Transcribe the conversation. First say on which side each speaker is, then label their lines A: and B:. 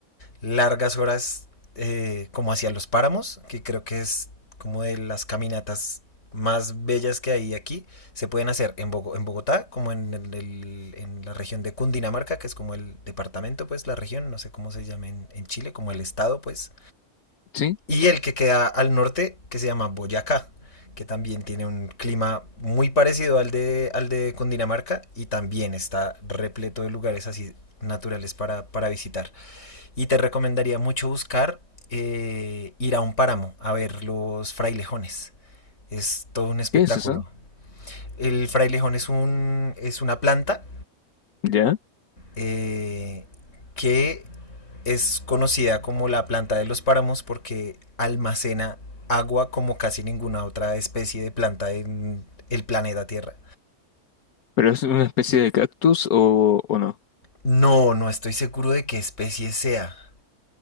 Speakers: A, on the left; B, on the left.
A: largas horas eh, como hacia los páramos, que creo que es como de las caminatas más bellas que hay aquí, se pueden hacer en, Bogo- en Bogotá, como en, el- el- en la región de Cundinamarca, que es como el departamento, pues la región, no sé cómo se llama en, en Chile, como el estado, pues.
B: ¿Sí?
A: Y el que queda al norte, que se llama Boyacá, que también tiene un clima muy parecido al de, al de Cundinamarca y también está repleto de lugares así naturales para, para visitar. Y te recomendaría mucho buscar eh, ir a un páramo a ver los frailejones. Es todo un espectáculo.
B: ¿Qué es eso?
A: El frailejón es, un, es una planta
B: ¿Ya?
A: eh, que es conocida como la planta de los páramos porque almacena agua como casi ninguna otra especie de planta en el planeta Tierra.
B: ¿Pero es una especie de cactus o, o no?
A: No, no estoy seguro de qué especie sea.